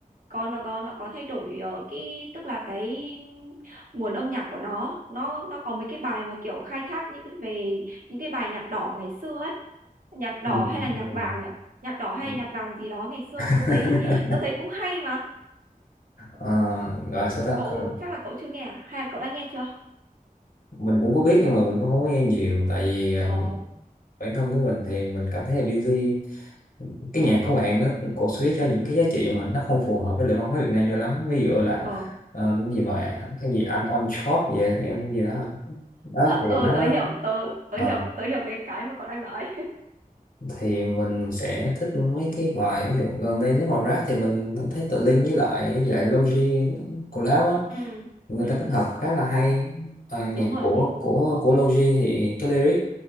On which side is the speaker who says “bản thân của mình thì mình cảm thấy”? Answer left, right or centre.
Left